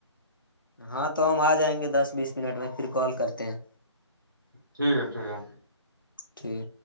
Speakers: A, on the left; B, on the right.
A: ہاں تو ہم آ جائیں گے دس بیس منٹ میں پھر کال کرتے ہیں
B: ٹھیک ہے ٹھیک ہے
A: ٹھیک